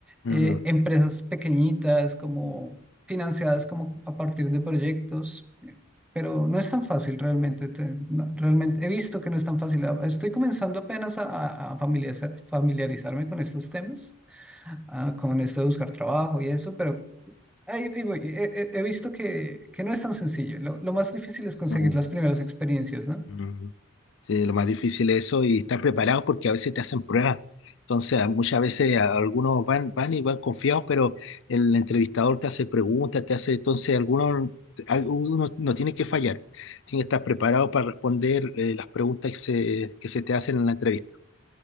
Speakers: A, on the left; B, in the centre.
A: Mm,
B: eh, empresas pequeñitas, como financiadas como a partir de proyectos, eh, pero no es tan fácil realmente. te- no, realmente he visto que no es tan fácil. Ah, Estoy comenzando apenas a, a- a familiarizar- familiarizarme con estos temas ah, con esto de buscar trabajo y eso, pero ahí, ahí voy. He, he- he visto que, que no es tan sencillo. Lo, lo más difícil es conseguir
A: mm,
B: las primeras experiencias, ¿no?
A: mm. Sí, lo más difícil es eso y estar preparado porque a veces te hacen pruebas. Entonces, a- muchas veces a- algunos van, van y van confiados, pero el entrevistador te hace preguntas, te hace, entonces algunos, algunos no tiene que fallar. Tiene que estar preparado para responder eh, las preguntas que se, que se te hacen en la entrevista.